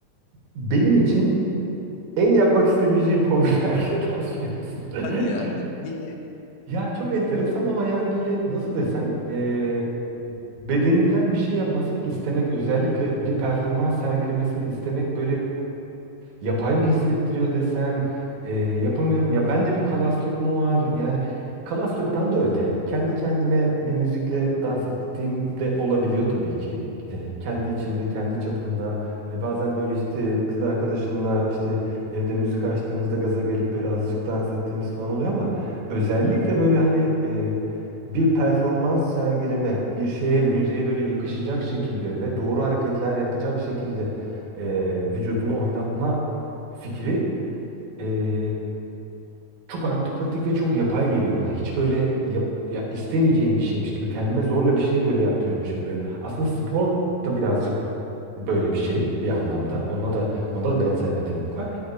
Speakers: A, on the right; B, on the left.
A: benim için En yapmak istemeyeceğim hobi <laughs> belki de dans biliyor musun? <laughs>
B: hadi ya ni- niye?
A: Ya çok enteresan ama yani böyle nasıl desem eee, bedenimden bir şey yapmasını istemek özellikle bir performans sergilemesini istemek böyle yapay mı hissettiriyor desem e, yapamıyorum. Ya bende bir kalaslık mı var? Yani kalaslıktan da öte kendi kendime bir müzikle dans ettiğim de olabiliyor tabii ki. E, kendi içimde, kendi çapımda. E, bazen böyle işte kız arkadaşımla işte evde müzik açtığımızda gaza gelip böyle azıcık dans ettiğimiz falan oluyor ama özellikle böyle hani e, bir performans sergileme, bir şeye, müziğe böyle yakışacak şekilde ve doğru hareketler yapacak şekilde e, vücudunu oynatma fikri e, çok antipatik ve çok yapay geliyor bana. Hiç böyle yap, ya istemeyeceğim bir şeymiş gibi kendime zorla bir şey böyle yaptırıyormuşum gibi. Aslında spor da birazcık böyle bir şey bir anlamda. Onda da onda da benzer bir dinamik var.